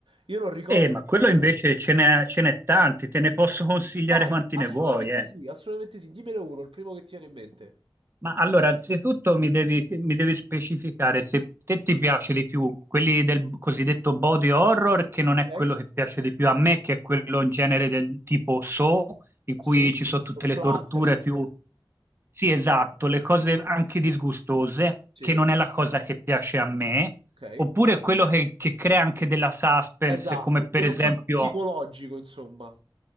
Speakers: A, on the right (about 80°); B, on the right (about 25°).
A: Io non ricordo
B: Eh, ma quello
A: più...
B: invece ce n'è ce n'è tanti, te ne posso <laughs> consigliare
A: Vai,
B: quanti
A: assolutamente
B: ne vuoi, eh.
A: sì, assolutamente sì, dimmene uno, il primo che ti viene in mente,
B: Ma allora, anzitutto mi devi, mi devi specificare se te ti piace di più quelli del cosiddetto body horror, che non
A: ok?
B: è quello che piace di più a me, che è quello in genere del tipo Saw, in cui
A: Sì,
B: ci sono tutte
A: lo splatter,
B: le torture
A: insomma,
B: più... Sì, esatto, le cose anche disgustose,
A: sì,
B: che non è la cosa che piace a me,
A: ok?
B: oppure quello che, che crea anche della suspense,
A: Esatto,
B: come per
A: quello
B: esempio
A: più psicologico, insomma.